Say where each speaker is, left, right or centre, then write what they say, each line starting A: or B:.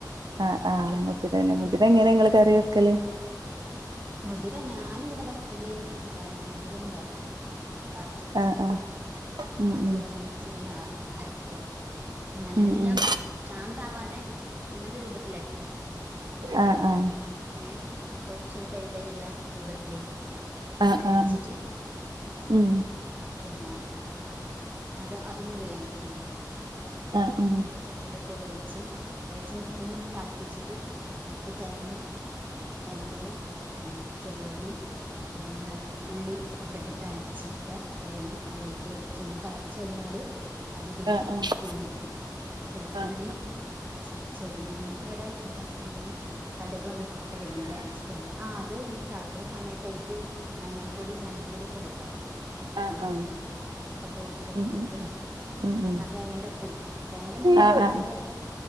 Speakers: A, on the right; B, on the right.
A: ആഹ് ആഹ് മുതിരലേ മുതിര എങ്ങനെ ഇങ്ങള് കറി വെക്കല്
B: മുതിര ഞാന് ഇവടെ വെക്കല് സാധാരണ മുതിരോന്ന് വറ്ക്കും വറ്ത്ത്ട്ട്
A: ആഹ് ആഹ് ഉം
B: അത്
A: ഉം
B: ഒന്ന് മിക്സീലൊന്ന് അരക്കും നല്ലം
A: ഉം ഉം
B: ചാന്താവാതെ അങ്ങനത്തെ രൂപത്തിലര
A: ആഹ് ആഹ്
B: ഏഹ് കൊറച്ചൊരു തരി തരിള്ള രൂപത്തിലേ അങ്ങനെ
A: ആഹ്
B: അരച്ചിട്ട്
A: ആഹ് ഉം
B: പിന്നെ അത് അതൊന്ന് വേവിക്കും ഞാന്
A: ആഹ് ഉം
B: ചട്ടീലിട്ട് വേവിച്ച് വേവിച്ച് ഒന്ന് തളപ്പിച്ചിട്ട് അയ്ക്ക് തേങ്ങിം തേങ്ങേല് ചെറിയ ഉള്ളീം പിന്നെ വെള് തുള്ളീം ഒക്കെ ഇട്ടിട്ട് അരച്ചെട്ത്ത തേങ്ങ അയിലേക്ക് ഒഴിച്ചോന്ന് തെളച്ച് കഴിഞ്ഞാല് അത് പിന്നെ
A: ആഹ് ആഹ്
B: തൂമിക്കും വെളുത്തുള്ളീം
A: ആഹ്
B: ചീ ചെ ഞങ്ങക്ക് ഇവടെ എന്റെ ഹസ്ബന്റ്ന് കട്കൊന്നും ഇട്ടിട്ട് വല്ല്യ ഇഷ്ട്ടല്ല ആഹ് അത് തെളക്ക്ന്ന സമയത്ത് അയിക്ക് മഞ്ഞൾപ്പൊടിം മല്ലിപ്പൊടിയൊക്കെ ഇടുട്ടൊ മൊളക്
A: ആഹ് ആഹ്
B: പൊടി ഒക്കെ ഇട്ട് ഉപ്പൊക്കെ
A: ഉം
B: ഇട്ടിട്ട്
A: ഉം ഉം ഉം
B: ആ തേങ്ങന്റെ ഒപ്പേ തേങ്ങന്റെ മുന്നെടും
A: ആഹ്
B: പൊടികളൊക്കെ
A: ആഹ്